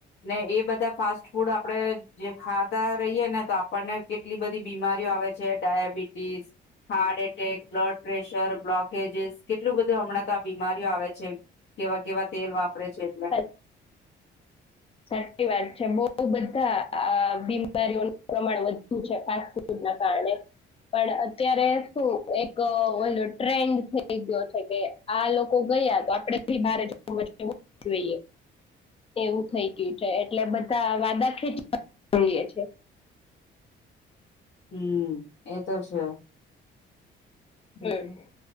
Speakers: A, on the left; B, on the left.
A: ને એ બધા ફાસ્ટ ફૂડ આપડે જે ખાતા રહીયે ને તો આપણને કેટલી બધી બીમારીઓ આવે છે diabetes, heart attack, blood pressure, blockages કેટલું બધું હમણાં તો આ બીમારીઓ આવે છે કેવા કેવા તેલ વાપ <inaudible>
B: સાચ- સાચી વાત છે બઉ બધાં આ બીમારીઓનું પ્રમાણ વધ્યું છે ફાસ્ટ ફૂડ ના કારણે પણ અત્યારે શું એક વર્લ્ડ ટ્રેન્ડ થઈ ગયો છે કે આ લોકો ગયા તો આપડે ભી બારે જવું એટલે જવું જ જોઈએ. એવું થઈ ગયું છે એટલે બધા વાદા ખેચઈએ છે
A: હમ એતો છે બીજું
B: એટલે